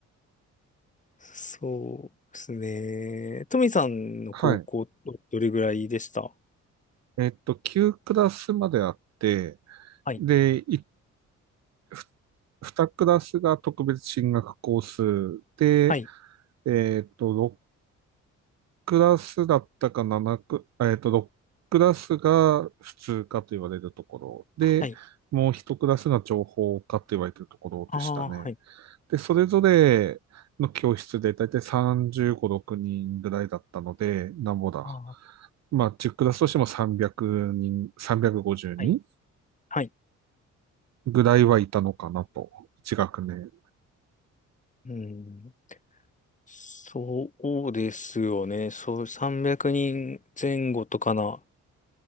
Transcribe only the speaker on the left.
そうですね。トミさんの高校っどれぐらいでした
はい。
はい。
はい。
ああ、はい。
ああ、
はい。はい。
うん。そうですよね。そう、300人前後とかな